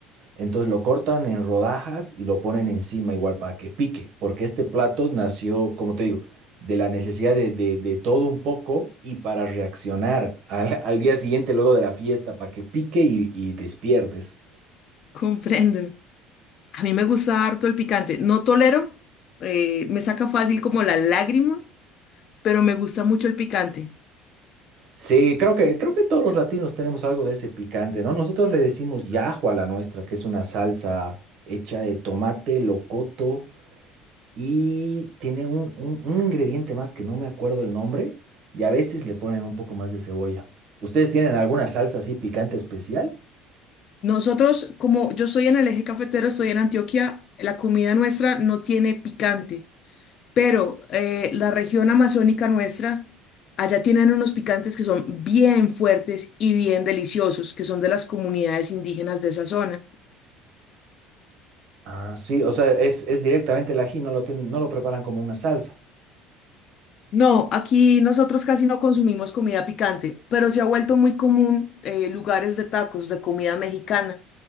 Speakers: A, on the right; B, on the left.
A: entonces lo cortan en rodajas y lo ponen encima igual para que pique, porque este plato nació, como te digo, de la necesidad de, de- de todo un poco y para reaccionar al, al día siguiente luego de la fiesta, para que pique y, y despiertes.
B: Comprendo. A mí me gusta harto el picante. No tolero, eh, me saca fácil como la lágrima, pero me gusta mucho el picante.
A: Sí, creo que, creo que todos los latinos tenemos algo de ese picante, ¿no? Nosotros le decimos yajo a la nuestra, que es una salsa hecha de tomate, locoto y tiene un, un- un ingrediente más que no me acuerdo el nombre y a veces le ponen un poco más de cebolla. ¿Ustedes tienen alguna salsa así picante especial?
B: Nosotros, como yo soy en el eje cafetero, estoy en Antioquia, la comida nuestra no tiene picante. Pero eh, la región amazónica nuestra, allá tienen unos picantes que son bien fuertes y bien deliciosos, que son de las comunidades indígenas de esa zona.
A: Ah, sí, o sea, es, es directamente el ají, no lo tienen, no lo preparan como una salsa.
B: No, aquí nosotros casi no consumimos comida picante, pero se ha vuelto muy común eh, lugares de tacos, de comida mexicana.